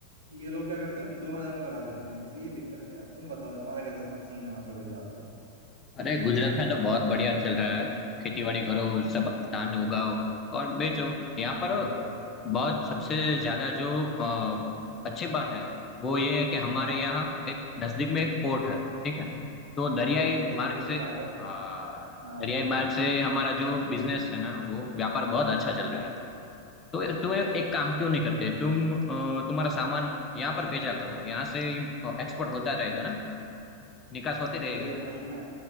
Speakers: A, on the right; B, on the left.
A: ये लोग क्या करते हैं दो हजार में करा देते हैं बस यही दिक्कत है यार तुम बताओ तुम्हारा कैसा सीन है वहाँ पे गुजरात का
B: अरे गुजरात में तो बहुत बढ़िया चल रहा है खेती बाड़ी करो सब धान उगाओ और बेचो यहाँ
A: हम्म,
B: पर बहुत सबसे ज्यादा जो अ, अच्छी बात है वो ये है कि हमारे
A: हाँ
B: यहाँ एक नजदीक में एक पोर्ट है ठीक है तो दरियाई
A: अच्छा अरे
B: मार्ग
A: वही
B: से
A: तो फायदा है
B: हाँ
A: हाँ
B: दरियाई मार्ग से हमारा जो बिजनेस है ना वो व्यापार बहुत अच्छा चल रहा है तो तुम एक काम क्यों नहीं करते तुम अ, तुम्हारा सामान यहाँ पर भेजा करो यहाँ से एक्सपोर्ट होता रहेगा ना निकास होती रहेगी
A: अरे भाई मैं